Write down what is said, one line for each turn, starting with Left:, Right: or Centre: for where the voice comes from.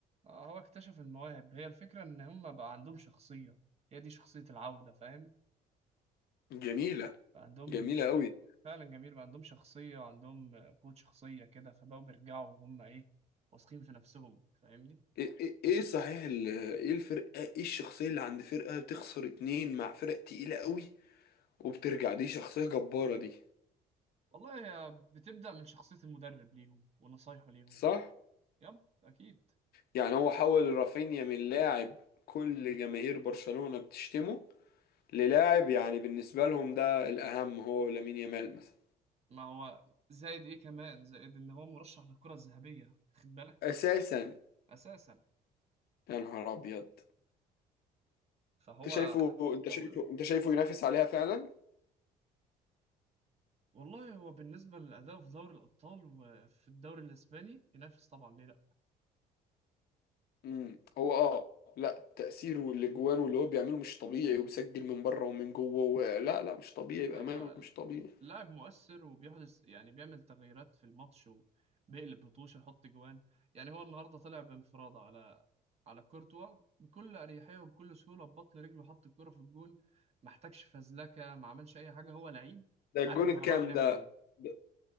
Right: آه، هو اكتشف المواهب هي الفكرة إن هم بقى عندهم شخصية هي دي شخصية العودة فاهم
Left: جميله
Right: بقى عندهم
Left: جميلة
Right: ش...
Left: قوي
Right: فعلا جميل بقى عندهم شخصية وعندهم آه، قوة شخصية كده فبقوا بيرجعوا وهم إيه واثقين في نفسهم فاهمني
Left: ايه ايه إيه صحيح ال- ايه الفرقة ايه الشخصية اللي عند فرقة بتخسر اتنين مع فرق تقيلة قوي وبترجع دي شخصية جبارة دي
Right: والله هي بتبدأ من شخصية المدرب ليهم ونصايحه ليهم
Left: صح؟
Right: يب أكيد
Left: يعني هو حول رافينيا من لاعب كل جماهير برشلونة بتشتمه للاعب يعني بالنسبة لهم ده الأهم هو ولامين يامال مثلا
Right: ما هو زائد إيه كمان زائد إن هو مرشح للكرة الذهبية خد بالك
Left: أساسا
Right: أساسا
Left: يا نهار أبيض
Right: فهو
Left: أنت شايفه
Right: ح-
Left: أنت
Right: حوله
Left: شايفه أنت شايفه ينافس عليها فعلا؟
Right: والله هو بالنسبة لأدائه في دوري الأبطال وفي الدوري الإسباني ينافس طبعا ليه لأ
Left: امم هو اه لا تأثيره والاجوان واللي هو بيعمله مش طبيعي وبيسجل من بره ومن جوه و... لا لا مش طبيعي بأمانة
Right: أيوة
Left: مش طبيعي
Right: لاعب مؤثر وبيحدث يعني بيعمل تغييرات في الماتش وبيقلب بطوشة يحط جوان يعني هو النهاردة طلع بانفرادة على على كورتوا بكل أريحية وبكل سهولة ببطن رجله حط الكرة في الجون ما احتاجش فزلكة ما عملش أي حاجة هو لعيب
Left: ده الجون
Right: عارف هو
Left: الكام
Right: رايح يعمل
Left: ده
Right: إيه
Left: ده